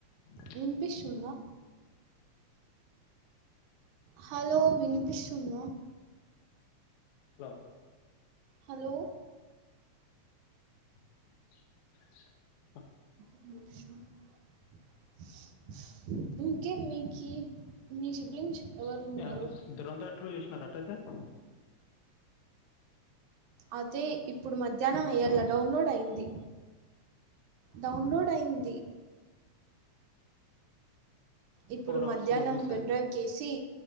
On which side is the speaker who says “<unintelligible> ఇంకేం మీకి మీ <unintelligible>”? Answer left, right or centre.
Right